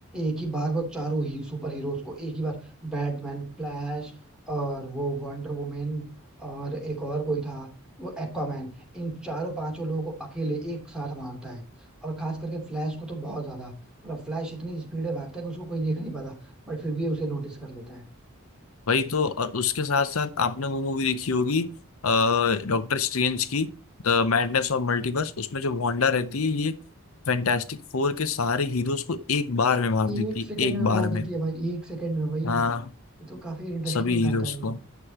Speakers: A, in the centre; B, on the left (about 70°).
A: एक ही बार वो चारों ही सुपर हीरोज को एक ही बार बैटमैन फ्लैश और वो वंडर वुमेन और एक और कोई था वो एक्वामैन इन चारों पांचों लोगों को अकेले एक साथ मारता है और खास करके फ्लैश को तो बहुत ज्यादा मतलब फ्लैश इतनी स्पीड है भागता है कि उसको कोई देख नहीं पाता बट फिर भी उसे नोटिस कर लेता है
B: वही तो और उसके साथ साथ आपने वो मूवी देखी होगी डॉक्टर स्ट्रेंज की द मैडनेस ऑफ मल्टीवर्स उसमें जो वांडा रहती है ये फैंटास्टिक फोर के सारे हीरोज को एक बार में मार
A: एक
B: देती
A: सेकंड
B: है एक
A: में उड़ा
B: बार में
A: देती है भाई एक सेकंड में भाई ये
B: हाँ
A: तो काफी इंटरेस्टिंग
B: सभी
A: दिखाता
B: हीरोज को